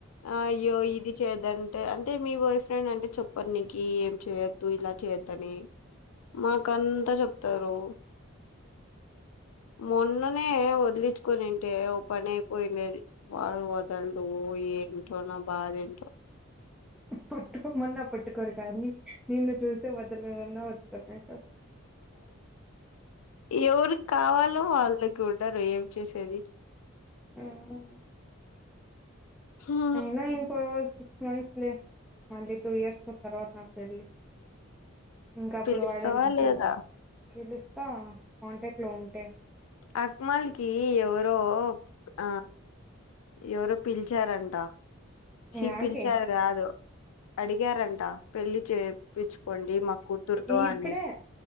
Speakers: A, on the left; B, in the centre.
A: అ అయ్యో ఇది చేద్దంటే అంటే మీ బాయ్ ఫ్రెండ్ అంటే చె ప్పా నికి ఏం చేయొద్దు ఇలా చేయొద్దని మాక అంతా చెప్తారు మొన్ననే వదిలించుకునింటే ఓ పని అయిపోయిండేది వాడు వదల్డు ఏంటో నా బాధ ఏంటో
B: పట్టుకో మన్న పట్టుకోరు కానీ నిన్ను చూస్ స్తే వదలరు అన్న పట్టుకోడం ఏంటో
A: ఎవరికి కావాలో వాళ్ళకి ఉండరు ఏం చేసేది
B: ఆ!
A: ఆ
B: అయినా ఇంకో సిక్స్ మంత్స్ లే మళ్ళీ టూ ఇయర్స్ లో తర్వాత నాకు పెళ్లి ఇంకా అప్పుడు
A: పిలుస్తావా
B: వాడ
A: లేదా
B: చో పిలు స్తా కాంటాక్ట్ లో ఉంటే
A: అక్మల్కి ఎవరో ఆ ఎవరో పిలిచారంట చీ
B: యాడికి
A: పిలిచారు కాదు అడిగారంట పెళ్లి చే ప్పించుకోండి మా కూతురుతో
B: ఇప్పుడే
A: అని